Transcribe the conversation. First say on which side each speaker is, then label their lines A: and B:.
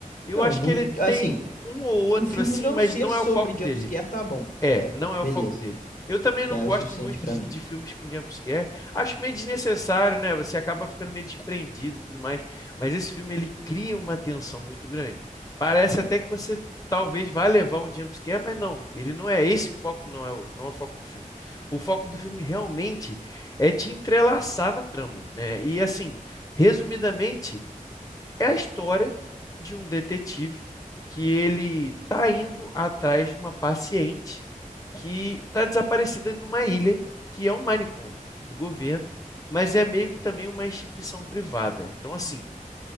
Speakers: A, on the left; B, on the left.
A: Eu
B: Não,
A: acho
B: não,
A: que ele
B: assim,
A: tem um ou outro
B: o filme
A: assim,
B: não
A: mas
B: ser
A: não
B: sobre
A: é o foco
B: jump
A: dele.
B: scare tá bom.
A: É,
B: É,
A: não é
B: beleza.
A: o foco dele. Eu também
B: Já
A: não
B: é
A: gosto
B: o suficiente
A: muito
B: pra
A: de,
B: mim.
A: de filmes com jumpscare. Acho meio desnecessário, né? Você acaba ficando meio desprendido e tudo mais. Mas esse filme, ele cria uma tensão muito grande. Parece até que você talvez vá levar um jumpscare, mas não. Ele não é esse o foco, não é o, não é o foco do filme. O foco do filme realmente é te entrelaçar na trama, né? E assim, resumidamente, é a história de um detetive que ele tá indo atrás de uma paciente que está desaparecida numa ilha que é um manicômio do governo, mas é meio que também uma instituição privada. Então, assim,